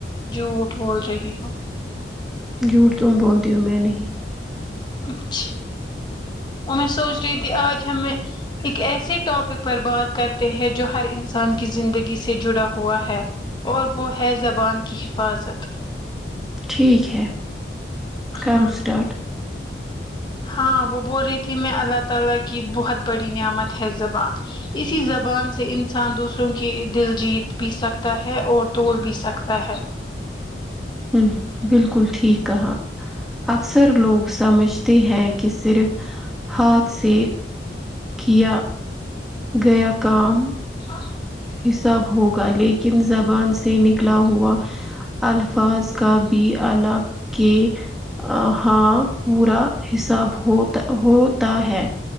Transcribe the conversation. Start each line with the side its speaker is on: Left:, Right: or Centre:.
Left: جھوٹ بول رہی ہو
Centre: جھوٹ تم بولتی ہو میں نہیں
Left: اچھا اور میں سوچ رہی تھی آج ہمیں ایک ایسے ٹاپک پر بات کرتے ہیں جو ہر انسان کی زندگی سے جڑا ہوا ہے اور وہ ہے زبان کی حفاظت
Centre: ٹھیک ہے
Left: ہاں
Centre: کرو اسٹارٹ
Left: ہاں وہ بول رہی تھی میں اللہ تعالی کی بہت بڑی نعمت ہے زبان اسی زبان سے انسان دوسروں کی دل جیت بھی سکتا ہے اور توڑ بھی سکتا ہے
Centre: ہوں بالکل ٹھیک کہا اکثر لوگ سمجھتے ہیں کہ صرف ہاتھ سے کیا گیا کام
Left: <inaudible>
Centre: حساب ہوگا لیکن زبان سے نکلا ہوا الفاظ کا بھی الگ کے آ ہاں پورا حساب ہوتا۔ ہوتا ہے